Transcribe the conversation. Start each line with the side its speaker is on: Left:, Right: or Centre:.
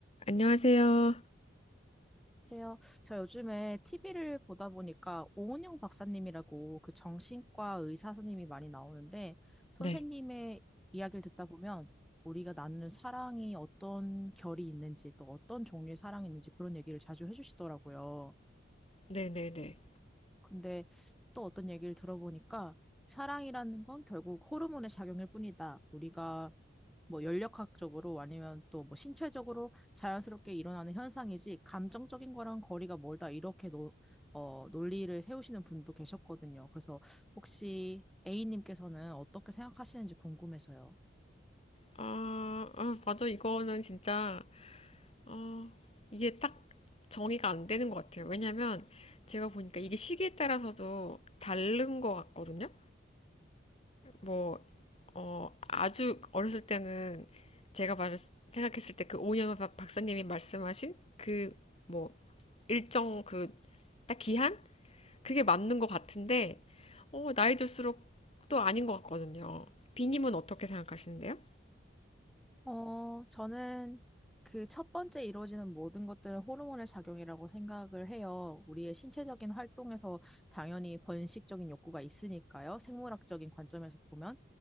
Left: 안녕하세요.
Centre: 안녕하세요. 저 요즘에 TV를 보다 보니까 오은영 박사님이라고 그 정신과 의사 선생님이 많이 나오는데 선생님의
Left: 네,
Centre: 이야기를 듣다 보면 우리가 나누는 사랑이 어떤 결이 있는지 또 어떤 종류의 사랑이 있는지 그런 얘기를 자주 해주시더라고요.
Left: 네, 네, 네.
Centre: 근데 또 어떤 얘기를 들어보니까 사랑이라는 건 결국 호르몬의 작용일 뿐이다. 우리가 뭐 연력학적으로 아니면 또 뭐 신체적으로 자연스럽게 일어나는 현상이지 감정적인 거랑 거리가 멀다 이렇게 노, 어, 논리를 세우시는 분도 계셨거든요. 그래서 혹시 A님께서는 어떻게 생각하시는지 궁금해서요.
Left: 아, 아, 맞아. 이거는 진짜, 어, 이게 딱 정의가 안 되는 것 같아요. 왜냐면 제가 보니까 이게 시기에 따라서도 다른 것 같거든요. 뭐, 어, 아주 어렸을 때는 제가 말, 생각했을 때 그 오년 박사님이 말씀하신 그, 뭐, 일정 그, 딱 기한? 그게 맞는 것 같은데, 어, 나이 들수록 또 아닌 것 같거든요. 비님은 어떻게 생각하시는데요?
Centre: 어, 저는 그 첫 번째 이루어지는 모든 것들은 호르몬의 작용이라고 생각을 해요. 우리의 신체적인 활동에서 당연히 번식적인 욕구가 있으니까요. 생물학적인 관점에서 보면.